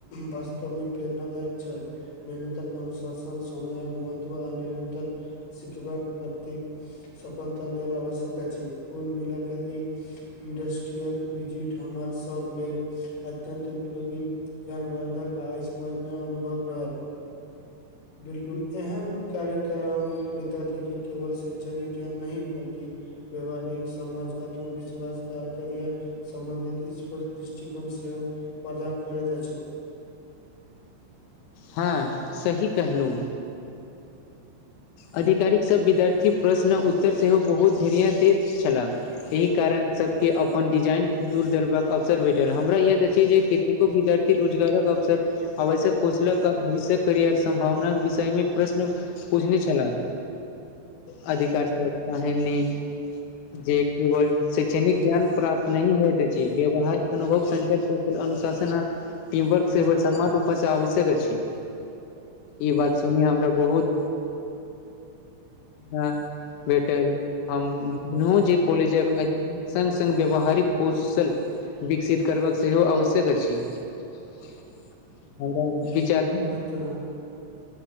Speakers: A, on the left; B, on the left.
A: वास्तव मे प्रेरणादायक छल मेहनतक अनुसार शन समयक महत्व आ निरन्तर शिखबाक प्रति सफलता लल आवश्यक अछि कुल मििल क ई इंडस्ट्रियल बिजिट हमर सब लेल अत्यन्त उपयोगी जनवर्धक आ्मरय अनुभव रहल बिलकुल एहन कार्यक्रम विद्यार्थी के केवल शै्षणिक ज्ञान नहि बल्कि व्यवहारिक समाज आत्मविश्वास आ करियर सम्बन्धित स्पष्ट दृष्टिकोन से प्रदान करैत अछि
B: हँ सही कहलहुँ आधिकारिकसभ विद्यार्थी प्रश्न उत्तर सेहो बहुत धर्य दैत छलाह एहि कारण सब के अपन डिजाइन दूर दड़ब अवसर भेटल हमरा य छै जे केतेको विद्यारथी रोजगारक अवसर आवश्यक कौशल क भविष्य करियर सं्भावना विषय मे प्रश्न पूछने छ ख अधिकार स काही जे केवल शैक्षणिक ज्ञान प्राप्त नहि होइत अछि व्यावहारिक अनुभव सं कुशल अनुशासन आ टीम वर्क सेहो समान रूप से आवश्यक अछि ई बात सुन हमरा बहुत ह भेटल हम बुझलहुँ जे कॉलेजक सङ्ग सङ्ग व्यावहारिक कौशल विकसित करबाक सेहो आवश्यक अछि हमरा विचारमे
A: कितर